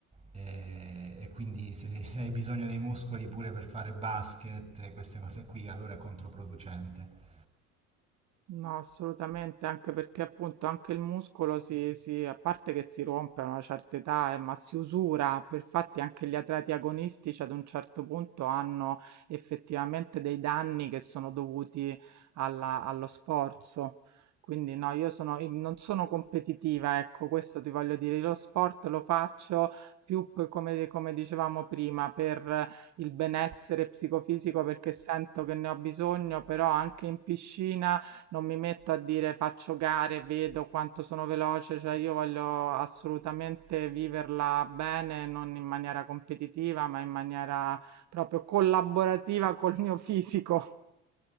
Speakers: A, on the right; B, on the right.
A: eh, e, quindi se, se hai bisogno dei muscoli pure per fare basket e queste cose qui, allora è controproducente.
B: No, assolutamente, anche perché appunto anche il muscolo si, si- a parte che si rompe a una certa età, eh, ma si usura. Per Infatti anche gli atleti agonistici ad un certo punto hanno effettivamente dei danni che sono dovuti alla- allo sforzo. Quindi no, io sono, io non sono competitiva, ecco, questo ti voglio dire. Lo sport lo faccio più p- come, come dicevamo prima, per il benessere psicofisico perché sento che ne ho bisogno, però anche in piscina non mi metto a dire faccio gare, vedo quanto sono veloce, cioè io voglio assolutamente viverla bene, non in maniera competitiva, ma in maniera proprio collaborativa col mio fisico.